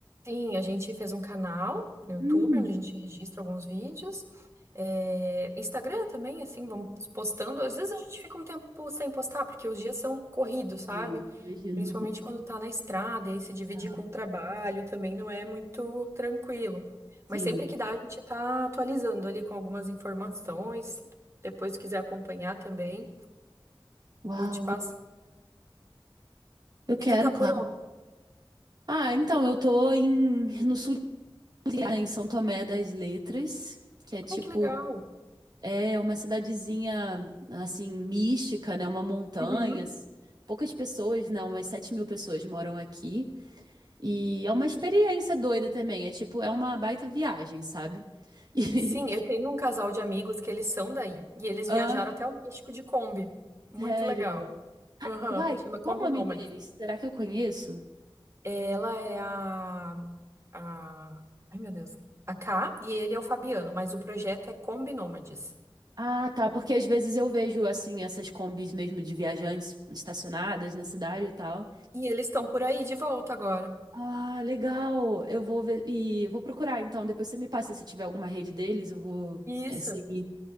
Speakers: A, on the right; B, on the right.
A: Sim, a gente fez um canal no YouTube
B: Hum.
A: onde a gente registra alguns vídeos. É, Instagram também, assim, vamos postando. Às vezes a gente fica um tempo sem postar, porque os dias são corridos, sabe?
B: Sim, imagino.
A: Principalmente quando tá na estrada, e aí se dividir
B: Aham,
A: com o trabalho também não é muito tranquilo.
B: Sim.
A: Mas sempre que dá, a gente tá atualizando ali com algumas informações. Depois, se quiser acompanhar também,
B: Uau,
A: vou te passar.
B: eu quero,
A: E tu tá
B: claro.
A: por
B: Ah, então, eu tô em, no sul, de Minas, né, em São Tomé das Letras, que é tipo
A: Ai, que legal.
B: É uma cidadezinha, assim, mística, né? Uma montanha.
A: Uhum.
B: s- Poucas pessoas, né? Umas sete mil pessoas moram aqui. E é uma experiência doida também. É tipo, é uma baita viagem, sabe? <laughs> E...
A: Sim, eu tenho um casal de amigos que eles são daí. E eles
B: Ah,
A: viajaram até o México de Kombi. Muito
B: sério.
A: legal. Aham.
B: Uai,
A: Chama Kombi
B: qual o nome
A: Nômade.
B: deles? Será que eu conheço?
A: Ela é a, a. Ai, meu Deus. A Ká e ele é o Fabiano, mas o projeto é Kombi Nômades.
B: Ah, tá. Porque às vezes eu vejo, assim, essas combis mesmo de viajantes estacionadas na cidade e tal.
A: E eles estão por aí de volta agora.
B: Ah, legal. Eu vou ver. E eu vou procurar, então. Depois você me passa se tiver alguma rede deles, eu vou.
A: Isso.
B: é, seguir.